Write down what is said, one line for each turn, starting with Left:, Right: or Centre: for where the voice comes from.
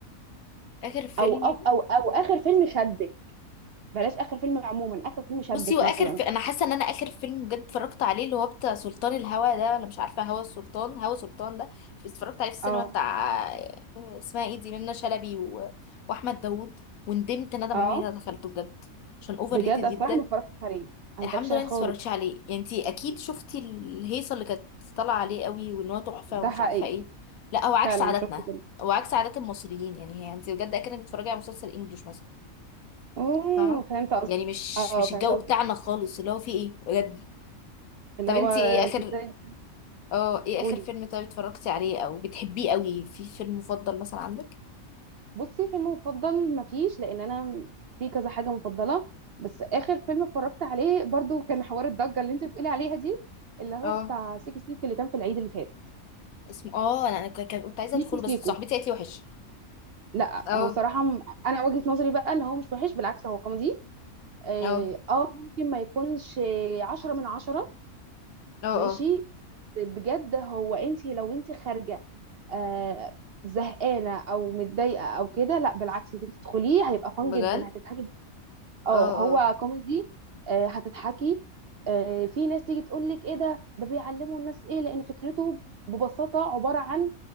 Left: اخر فيلم
Right: او أو, او او اخر فيلم شدك بلاش اخر فيلم عموما اخر فيلم شدك
Left: بصي واخر
Right: مثلا
Left: في... انا حاسه ان انا اخر فيلم بجد اتفرجت عليه اللي هو بتاع سلطان الهوى ده ولا مش عارفه هوى السلطان هوى سلطان ده في- اتفرجت عليه في السينما
Right: اه
Left: بتاع آه، اسمها ايه دي منى شلبي و... واحمد داوود وندمت ندم
Right: اه
Left: عمري ما دخلته بجد عشان اوفر
Right: بجد
Left: ريتد جدا
Right: الصراحه ما اتفرجتش عليه انا ما
Left: الحمد
Right: اتفرجتش عليه
Left: لله
Right: خالص
Left: انت اتفرجتش عليه يعني انت اكيد شفتي الهيصه اللي كانت طالعه عليه قوي وان هو تحفه
Right: ده
Left: ومش
Right: حقيقي
Left: عارفه ايه لا هو عكس
Right: فعلا
Left: عاداتنا
Right: شفت كده
Left: هو عكس عادات المصريين يعني هي انت بجد اكنك بتتفرجي على مسلسل انجليش مثلا
Right: اوه
Left: فاهمة
Right: فهمت قصدك
Left: يعني مش
Right: اه
Left: مش
Right: فهمت
Left: الجو
Right: قصدك
Left: بتاعنا خالص اللي هو فيه ايه بجد
Right: اللي
Left: طب
Right: هو
Left: انتي ايه اخر
Right: انتوا ازاي
Left: اه ايه
Right: قولي
Left: اخر فيلم طيب اتفرجتي عليه او بتحبيه قوي في فيلم مفضل مثلا عندك
Right: بصي فيلم مفضل مفيش لان انا في كذا حاجه مفضله بس اخر فيلم اتفرجت عليه برضو كان حوار الضجه اللي انت بتقولي عليها دي اللي هو
Left: اه
Right: بتاع سيكي سيكي اللي كان في العيد اللي فات
Left: اسمه اه انا انا ك- ك- كنت عايزه
Right: سيكو
Left: ادخله
Right: سيكو
Left: بس صاحبتي قالت لي وحش
Right: لا
Left: اه
Right: هو صراحه م- انا وجهه نظري بقى ان هو مش وحش بالعكس هو كوميدي اه
Left: اه
Right: آه، ممكن ما يكونش عشرة من عشرة
Left: اه
Right: ماشي
Left: اه
Right: بجد هو انت لو انت خارجه آه زهقانه او متضايقه او كده لا بالعكس انت تدخليه هيبقى فان
Left: بجد
Right: جدا هتضحكي اه
Left: اه
Right: هو
Left: اه
Right: كوميدي آه، هتضحكي آه، في ناس تيجي تقول لك ايه ده ده بيعلموا الناس ايه لان فكرته ببساطه عباره عن